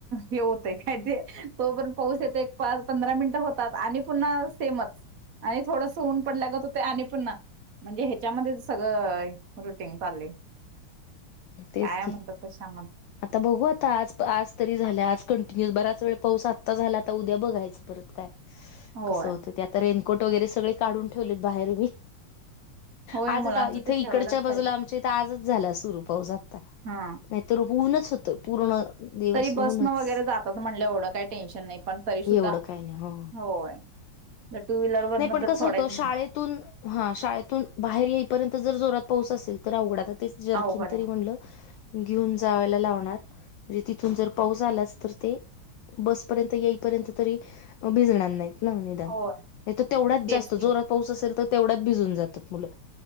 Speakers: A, on the right; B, on the left.
A: हे होतय काय ते तो पण पाहस येतो एक पंधरा मिनिटं होतात पुन्हा सेम आणि थोड सवन पडल्या गत हो ते आणि पण म्हणजे ह्याच्यामध्ये सगळं <unintelligible>
B: तेच
A: काय
B: की.
A: म्हणतात कश्या
B: आता बघू आता आज आज तरी झाल्या आज कंटिन्युस बराच वेळ पाऊस आत्ता झाला आता उद्या बघायचं परत काय
A: होय
B: कसं होतं ते आता रेन फोट वगैरे सगळे काढून ठेवलेत बाहेर मी
A: होय
B: आजच
A: मुलांच
B: इथे
A: ते ठेवायलाच
B: इकडच्या बाजूला
A: पाहिजे
B: आमच्या इथे आजच झाला सुरू <unintelligible>
A: हा
B: नाहीतर होऊनच होत पूर्ण दिवस
A: तरी बस
B: ऊनच
A: न वगैरे जातात म्हणलं एवढं काही टेन्शन नाही पण तरी सुुद्धा
B: एवढं काही नाही हो
A: होय. जर टू व्हीलर वरन
B: नाही पण
A: जर
B: कस
A: सोडायचं
B: होत शाळेतून
A: म्हणा
B: हा शाळेतून बाहेर येईपर्यंत जर जोरात पाऊस असेल तर अवघडा ते जर्कीन
A: अवघड
B: तरी
A: आहे.
B: म्हणलं घेऊन जावायला लावणार म्हणजे तिथून जर पाऊस आलाच तर ते बसपर्यंत येईपर्यंत तरी भिजणार नाहीत निदान
A: होय.
B: तर तेवढाच
A: तेच
B: जास्त
A: की
B: जोरात पाऊस असेल तर तेवढ्याच भिजून जातात मुलं